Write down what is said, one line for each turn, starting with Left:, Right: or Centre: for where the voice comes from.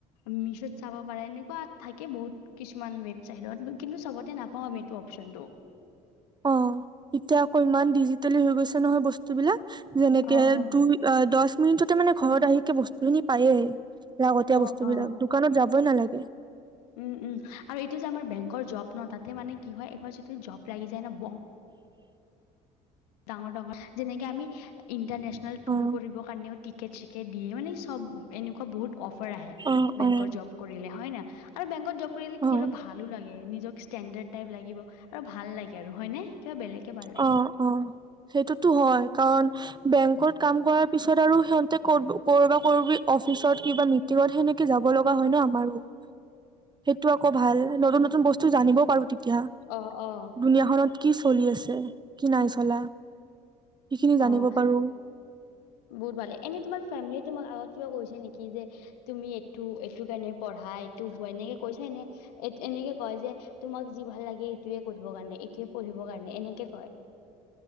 Left: মিছোত চাব পাৰে, এনেকুৱা থাকে বহুত কিছুমান ৱেবচাইটত কিন্তু চবতে নাপাওঁ এইটো অপচনটো।
Right: অহ, এতিয়া আকৌ ইমান ডিজিটেলি হৈ গৈছে নহয় বস্তু বিলাক। যেনেকে
Left: অ', অ',
Right: দুই দহ। মিনিটতে মানে, ঘৰত আহি বস্তুখিনি পায়েই। লাগতীয়া
Left: অ',
Right: বস্তু
Left: অ'।
Right: বিলাক দোকানত যাব। ব নালাগে।
Left: উম, উম, আৰু এইটো যে আমাৰ বেংকৰ জব ন তাতে মানে কি হয় এবাৰ যিটো জব লাগি যায় নহ। ডাঙৰ, ডাঙৰ, যেনেকে আমি। ইণ্টাৰনেশ্যনেল টুৰ
Right: অ',
Left: কৰিব কাৰণেও টিক। টিকেট চিকেত দিয়ে মানে সব এনেকুৱা বহুত। অফাৰ আহে
Right: অ',
Left: বেংকৰ
Right: অ',
Left: জব কৰিলে হয় না। আৰু বেংকত জব। কৰিলে কি
Right: অ'।
Left: অলপ ভালো লাগে। নিজক ষ্টেণ্ডাৰ্ড টাইপ লাগিব আৰু ভাল লাগে আৰু হয় নে কিবা বেলেগ। ভাল লাগে।
Right: অ অ', সেইটোতো হয় কাৰণ বেংকত কাম কৰাৰ পিছত আৰু সিহতে কৰ। কৰবা কৰিবি অফিচত কিবা মিটিঙত সেনেকে যাব লগ। হয় ন আমাৰো, সেইটো আকৌ ভাল নতুন নতুন বস্তু টো জানিব পাৰো তি তিয়া,
Left: অ', অ',
Right: দুুনীয়াখনত কি চলি আছ এহ, কি নাই চলা সেইখিনি জানিব
Left: অ',
Right: পাৰো
Left: বহুত ভালে, এনে তোমাৰ ফেমিলি তোমাক আগত কিবা কৈছে নেকি যে তুমি এইটো, এইটো কাৰণে পঢ়া এইটো হোৱা, এনেকে কৈছা নে? এনেকে কয় যে তোমাক যি ভাল লাগে এইটোৱে কৰিব কাৰণে, এইটোৱে পঢ়িব কাৰণে এনেকে কয়?